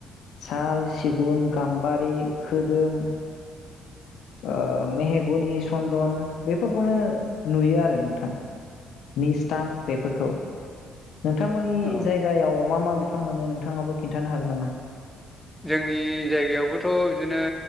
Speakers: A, on the left; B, in the centre.
A: साल सिगुन गाम्बारि खोदोम। ओ मेहेगुनि सन्दन बेफोरखौनो नुयो आरो नोंथां निस्थां बेफोरखौ नोंथांमोननि
B: औ
A: जायगायाव मा मा बे- बिफां मोनो नोंथाङाबो खिन्थानो हागोन नामा?
B: जोंनि जायगायावबोथ' बिदिनो